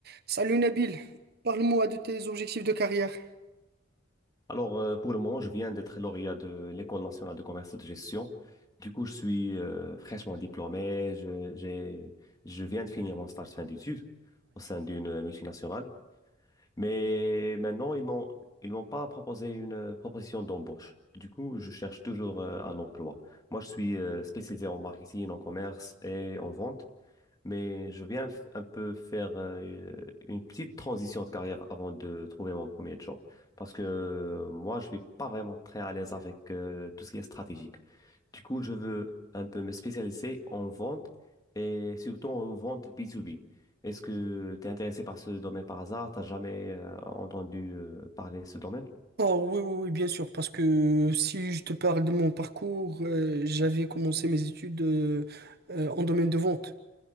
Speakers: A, on the right; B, on the left.
A: Salut Nabil, parle-moi de tes objectifs de carrière.
B: Alors, euh, pour le moment, je viens d'être lauréat de l'École nationale de commerce et de gestion. Du coup, je suis euh, fraîchement diplômé. Je, j'ai- je viens de finir mon stage de fin d'études au sein d'une multinationale. Mais maintenant, ils m'ont, ils m'ont pas proposé une euh, proposition d'embauche. Du coup, je cherche toujours euh, un emploi. Moi, je suis euh, spécialisé en marketing, en commerce et en vente mais je viens f- un peu faire euh, une petite transition de carrière avant de trouver mon premier job. Parce que euh, moi, je suis pas vraiment très à l'aise avec euh, tout ce qui est stratégique. Du coup, je veux un peu me spécialiser en vente et surtout en vente B2B. Est-ce que tu es intéressé par ce domaine par hasard? T'as jamais euh, entendu euh, parler de ce domaine?
A: Oh oui, oui, oui, bien sûr, parce que si je te parle de mon parcours, euh, j'avais commencé mes études euh, euh, en domaine de vente.